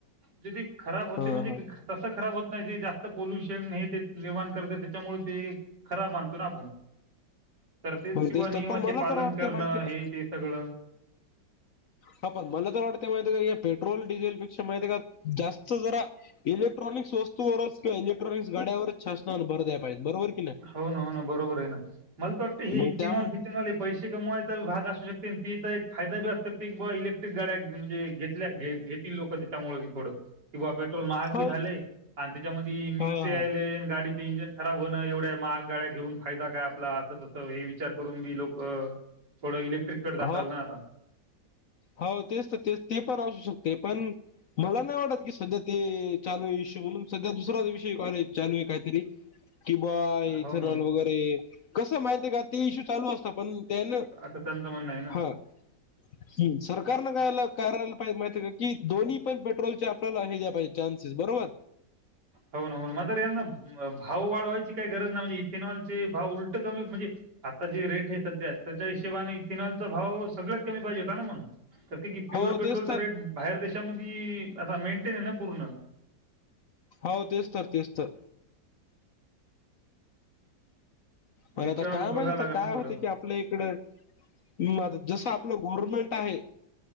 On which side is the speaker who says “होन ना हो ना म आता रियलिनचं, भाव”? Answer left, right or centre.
Right